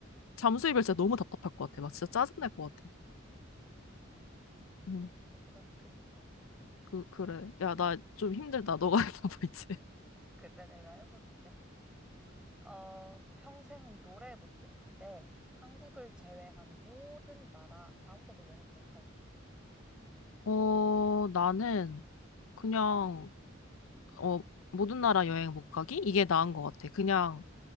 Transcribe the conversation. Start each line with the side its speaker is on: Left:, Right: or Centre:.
Left: 잠수 이별 진짜 너무 답답할 것 같아. 막 진짜 짜증날 것 같아.
Centre: 음,
Left: 응
Centre: 그것도 그, 그니까.
Left: 그, 그래. 야, 나 좀 힘들다. 너가 <laughs> 해봐봐, 이제.
Centre: 그래, 내가 해볼게. 어, 평생 노래 못 듣기 대 한국을 제외한 모든 나라, 아무 데도 여행 못 가기.
Left: 어, 나는, 그냥, 어, 모든 나라 여행 못 가기? 이게 나은 것 같아. 그냥,